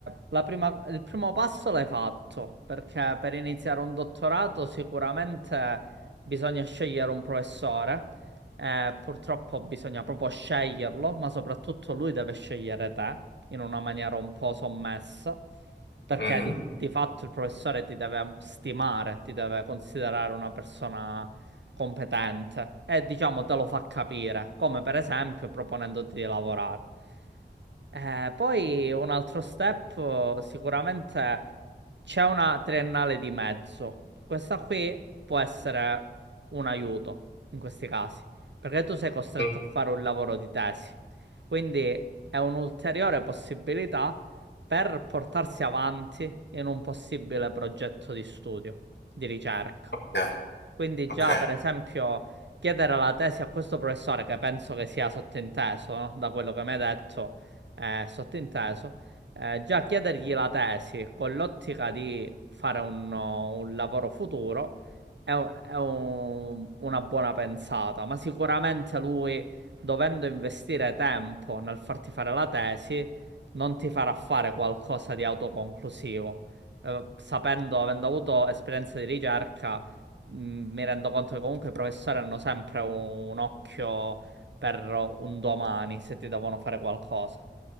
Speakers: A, on the right; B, on the left.
A: la prima- il primo passo l'hai fatto, perché per iniziare un dottorato sicuramente bisogna scegliere un professore, eh, purtroppo bisogna proprio sceglierlo, ma soprattutto lui deve scegliere te in una maniera un po' sommessa, perché
B: Mm?
A: di, di fatto il professore ti deve stimare, ti deve considerare una persona competente e diciamo te lo fa capire, come per esempio proponendoti di lavorare. Eh, poi un altro step, eh, sicuramente c'è una triennale di mezzo. Questa qui può essere un aiuto in questi casi, perché tu sei costretto
B: Mm.
A: a fare un lavoro di tesi. Quindi è un'ulteriore possibilità per portarsi avanti in un possibile progetto di studio, di ricerca.
B: Ok,
A: Quindi
B: ok.
A: già, per esempio, chiedere la tesi a questo professore, che penso che sia sottinteso, no? Da quello che mi hai detto, eh, sottinteso, eh, già chiedergli la tesi con l'ottica di fare un, un lavoro futuro è, un- è un- una buona pensata, ma sicuramente lui, dovendo investire tempo nel farti fare la tesi, non ti farà fare qualcosa di autoconclusivo. Eh, sapendo, avendo avuto esperienza di ricerca, mh, mi rendo conto che comunque i professori hanno sempre un un occhio per un domani se ti devono fare qualcosa.